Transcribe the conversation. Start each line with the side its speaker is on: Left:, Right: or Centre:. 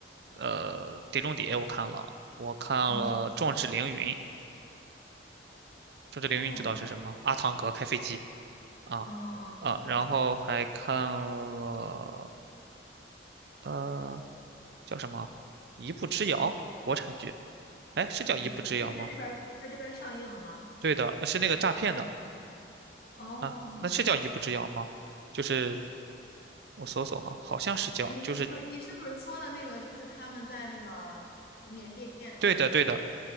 Right: 呃《碟中谍》我看了，我看了《壮志凌云》，
Left: 嗯，
Right: 《壮志凌云》你知道是什么？
Left: 哦，
Right: 阿汤哥开飞机啊
Left: 嗯嗯嗯，
Right: 啊，
Left: 对，
Right: 然后还看了呃叫什么《一步之遥》国产剧，哎是叫《一步之遥》吗？
Left: 你不知就在这边儿，在这边儿上映了吗？
Right: 对的，呃是那个诈骗的
Left: 哦，
Right: 啊，那是叫《一步之遥》吗？就是我搜搜哈，好像是叫，
Left: 你是不是你是不是说的那个就是他们在那个缅甸？
Right: 就是对的对的，